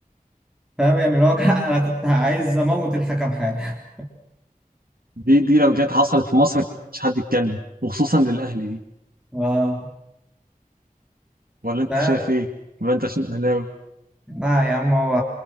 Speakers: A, in the centre; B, on the right (about 80°).
A: فاهم يعني اللي هو كان- <laughs> انا كنت عايز اموت الحكم حاجة
B: دي دي لو جت حصلت في مصر دي ما كانش حد يتكلم وخصوصا للاهلي دي
A: اه
B: ولا انت
A: ف
B: شايف ايه ولا انت عشان اهلاوي
A: لا يا عم هو